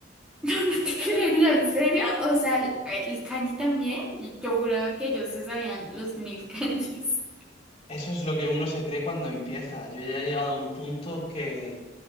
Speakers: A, in the centre; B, on the left.
A: <laughs> no, no te creería, ¿en serio? O sea, el, el kanji también. y Yo juraba que ellos se sabían los mil kanjis.
B: Eso es lo que uno se cree cuando empieza. Yo ya he llegado a un punto que